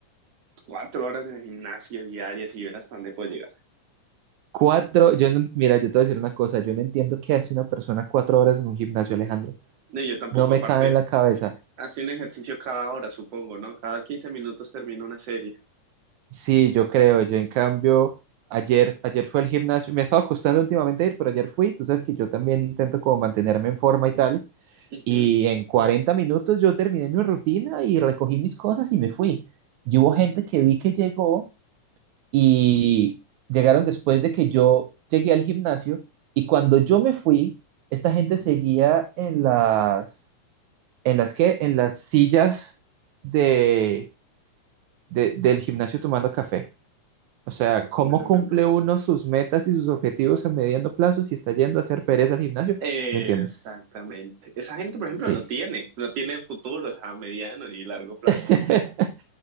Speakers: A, on the right (about 50°); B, on the right (about 75°).
A: cuatro horas en el gimnasio diarias y ver hasta dónde puedo llegar.
B: Cuatro, yo no, mira, yo te voy a decir una cosa, yo no entiendo qué hace una persona cuatro horas en un gimnasio, Alejandro.
A: No, yo tampoco,
B: No me
A: aparte,
B: cabe en la cabeza.
A: hace un ejercicio cada hora, supongo, ¿no? Cada 15 minutos termino una serie.
B: Sí, yo creo. Yo, en cambio, ayer, ayer fue al gimnasio. Me ha estado costando últimamente ir, pero ayer fui. Tú sabes que yo también intento como mantenerme en forma y tal.
A: Ujú.
B: Y en 40 minutos yo terminé mi rutina y recogí mis cosas y me fui. Y hubo gente que vi que llegó y llegaron después de que yo llegué al gimnasio. Y cuando yo me fui, esta gente seguía en las, ¿en las qué? En las sillas de, de- del gimnasio tomando café. O sea, ¿cómo
A: No,
B: cumple
A: no, no.
B: uno sus metas y sus objetivos a mediano plazo si está yendo a hacer pereza al gimnasio?
A: Exactamente.
B: No entiendo.
A: Esa gente, por ejemplo,
B: Sí.
A: no tiene, no tiene futuro a mediano ni largo plazo,
B: <laughs>
A: ¿no?